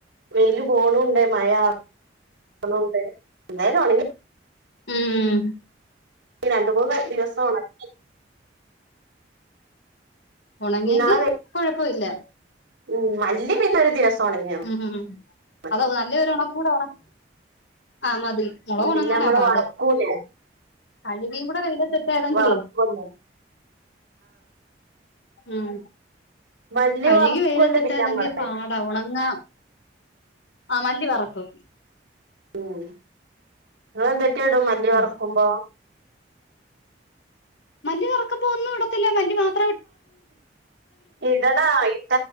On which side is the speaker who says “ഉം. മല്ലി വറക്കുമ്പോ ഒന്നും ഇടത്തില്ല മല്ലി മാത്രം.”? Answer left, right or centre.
Left